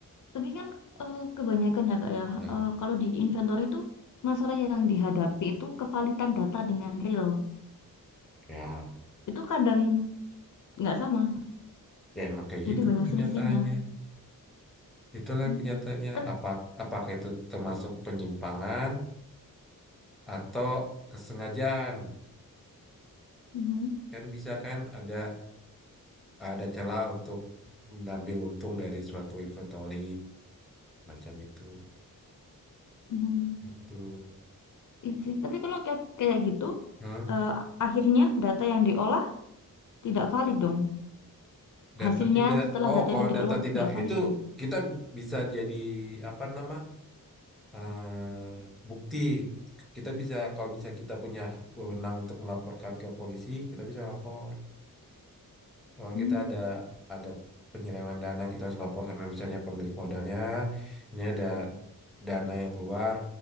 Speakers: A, on the left (about 60°); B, in the centre.
A: Tapi kan eh, kebanyakan ya Kak ya,
B: nah
A: eh, kalau di inventory itu masalah yang dihadapi itu kevalitan data dengan real.
B: ya
A: Itu kadang nggak sama,
B: ya emang kayak
A: jadi
B: gitu
A: banyak
B: lah kenyataannya
A: selisihnya.
B: itulah
A: Hmm.
B: kenyataannya
A: Tapi,
B: apa apakah itu termasuk penyimpangan atau kesengajaan
A: Mhm,
B: kan bisa kan ada ada celah untuk mengambil untung dari suatu inventory macam itu
A: mhm.
B: itu
A: Iya sih. Tapi kalau kayak, kayak gitu,
B: Hah?
A: eh, akhirnya data yang diolah tidak valid dong.
B: data
A: Hasilnya
B: tidak
A: setelah
B: oh
A: data
B: kalau
A: itu diolah
B: data
A: kan
B: tidak
A: nggak valid
B: itu
A: dong.
B: kita bisa jadi apa nama eh, bukti kita bisa kalau misalnya kita punya wewenang untuk melaporkan ke polisi kita bisa lapor kalau
A: Hmm.
B: kita ada ada penyelewengan dana kita harus lapor sama misalnya pemilik modalnya ini ada dana yang keluar